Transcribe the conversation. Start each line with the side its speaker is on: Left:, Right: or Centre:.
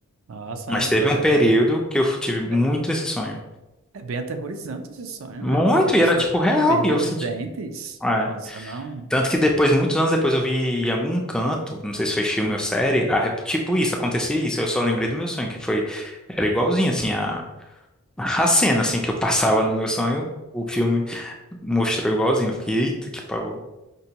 Right: nossa,
Centre: Mas teve um período
Right: é,
Centre: que eu tive muito
Right: é, é
Centre: esse sonho.
Right: é bem aterrorizante esse sonho,
Centre: Muito,
Right: né? Porque você
Centre: e era tipo real,
Right: perdeu
Centre: e eu senti.
Right: os dentes.
Centre: é.
Right: Nossa, não.
Centre: Tanto que depois, muitos anos depois, eu vi em algum canto, não sei se foi filme ou série, a rep- tipo isso, acontecia isso. Eu só lembrei do meu sonho, que foi. Era igualzinho, assim, a, a cena, assim, que eu passava no meu sonho, o filme mostrou igualzinho. Eu fiquei, eita, que pavor.